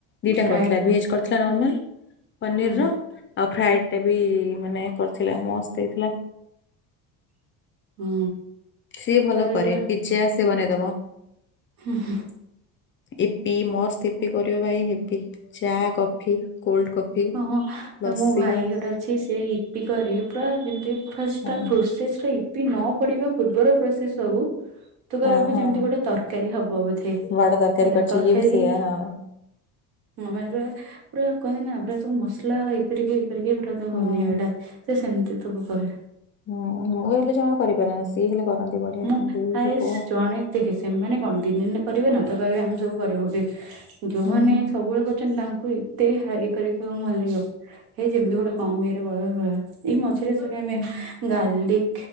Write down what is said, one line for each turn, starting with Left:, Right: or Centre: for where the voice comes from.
Left: ଦିଟା
Right: ଫ୍ରାଏଡ
Left: କରିଥିଲା
Right: ଟା
Left: ଭେଜ୍ କରିଥିଲା ନର୍ମାଲ ପନିର
Right: ହୁଁ
Left: ର ଆଉ ଫ୍ରାଏଡ ଟା ବି ମାନେ କରିଥିଲା ମସ୍ତ ହେଇଥିଲା।
Right: ହୁଁ।
Left: ସିଏ ଭଲ
Right: ତ
Left: କରେ ପିଜ୍ଜା ସିଏ ବନେଇଦବ।
Right: ହୁଁ ହୁଁ।
Left: ଇପି ମସ୍ତ୍ ଇପି କରିବ ଭାଈ ହେବି ଚା କଫି କୋଲ୍ଡ କଫି
Right: ହଁ
Left: ଲସି
Right: ମୋ ଭାଇ ଗୋଟେ ଅଛି ସେ ଇ ଇପୀ କରେ ପୁରା ଯେମିତି ଫାଷ୍ଟ
Left: ହଁ
Right: ତା ପ୍ରୋସେସରେ ଈପି ନ ପଡିବା ପୂର୍ବର ପ୍ରୋସେସ ସବୁ ତୁ କହିବୁ
Left: ହଁ ହଁ
Right: ଯେମିତି ଗୋଟେ ତରକାରୀ ହବ ବୋଧେ
Left: ବଡ ତରକାରୀ
Right: ହେଲା
Left: କରିଛି
Right: ତରକାରୀ
Left: ଇଏ ବି ସେଇଆ ହଁ
Right: ମୋ ଭାଈ ପୁରା ପୁରା କହନ୍ତି ନା ପୁରା ସବୁ ମସଲା ଇଏ କରିକି କରିକି ପୁରା ତ
Left: ହୁଁ।
Right: ବନେଇବାଟା ସେ ସେମିତି ସବୁ କରେ।
Left: ହୁଁ ମୁଁ ହେଲେ ଜମା କରିପାରେ ନା ସିଏ ହେଲେ କରନ୍ତି ବଢିଆ
Right: ମୁଁ
Left: ଦେଇକି
Right: ହାଏସ୍
Left: ପୁଅ
Right: ଜଣେ ଦେଖେ ସେମାନେେ କଣ ଦିନେ ଦିନେ କରିବେ ନା ତ କହିବେ ଆମେ ସବୁ କରିବ ବୋଧେ ଯୋଉମାନେ
Left: ହୁଁ
Right: ସବୁବେଳେ କହୁଛନ୍ତି ତାଙ୍କୁ ହି ତେ ହେଇ କରିକୀ କର ଭଲ ଲାଗିବ ହେ ଯେମିତି ଗୋଟେ କମ ଇଏରେ ବ ଭ ଏଇ ମଝିରେ ସେ ଆମେ
Left: ହୁଁ
Right: ଗାର୍ଲିକ